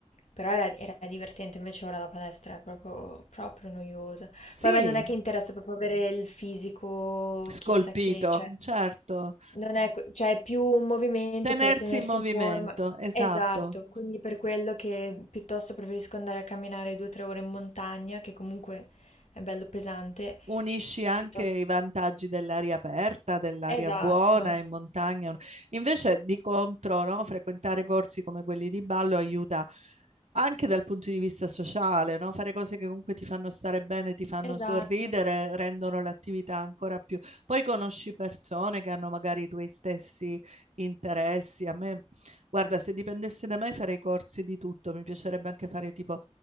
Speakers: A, on the left (about 85°); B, on the right (about 80°).
A: però era, era divertente, invece ora la palestra è proprio, proprio noiosa.
B: Sì,
A: Poi a me non è che interessa proprio avere il fisico
B: scolpito,
A: chissà che, cioè
B: certo.
A: non è que cioè è più un movimento
B: Tenersi
A: per tenersi
B: in movimento,
A: in forma
B: esatto.
A: esatto, quindi per quello che piuttosto preferisco andare a camminare 2, 3 ore in montagna, che comunque è bello pesante,
B: Unisci anche
A: piuttosto
B: i vantaggi dell'aria aperta, dell'aria
A: esatto,
B: buona in montagna. Invece, di contro, no, frequentare corsi come quelli di ballo aiuta anche dal punto di vista sociale, no? Fare cose che comunque ti fanno stare bene, ti fanno
A: esatto,
B: sorridere, rendono l'attività ancora più. Poi conosci persone che hanno magari i tuoi stessi interessi. A me, guarda, se dipendesse da me farei corsi di tutto, mi piacerebbe anche fare tipo